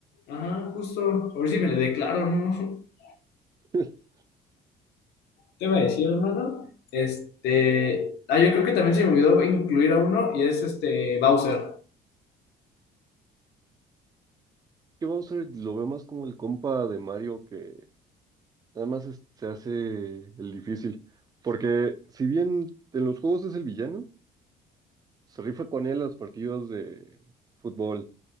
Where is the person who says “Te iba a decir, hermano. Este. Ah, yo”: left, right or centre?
Left